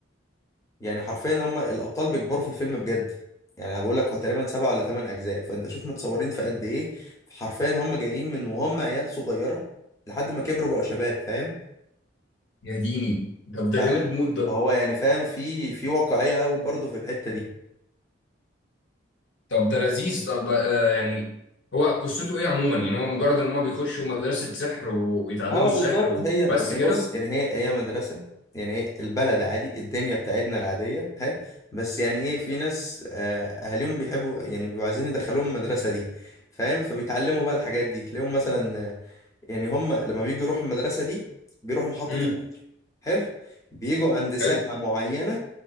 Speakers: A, on the left; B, on the left.
A: يعني حرفيا هم الابطال بيكبروا في الفيلم بجد يعني انا بقول لك هو تقريبا سبعة ولا ثمان اجزاء فانت شوف متصورين في قد ايه حرفيا هم جايين من وهم عيال صغيره لحد ما كبروا بقوا شباب فاهم
B: يا ديني طب ده
A: ف-
B: جامد موت ده
A: فهو يعني فاهم في في واقعيه قوي برضه في الحته دي
B: طب ده لذيذ طب آه يعني هو قصته ايه عموما يعني هو مجرد ان هم بيخشوا مدرسة سحر و- ويتعلموا
A: اه
B: السحر
A: بالظبط
B: وبس
A: هي يعني
B: كده
A: بص يعني هي هي مدرسه يعني هي البلد عادي الدنيا بتاعتنا العاديه حلو بس يعني ايه في ناس آه، اهاليهم بيحبوا يعني بيبقوا عايزين يدخلوهم المدرسه دي فاهم فبيتعلموا بقى الحاجات دي تلاقيهم مثلا يعني هم لما بيجوا يروحوا المدرسة دي بيروحوا محطة
B: امم
A: القطر حلو بيجوا عند ساعة
B: حلو
A: معينة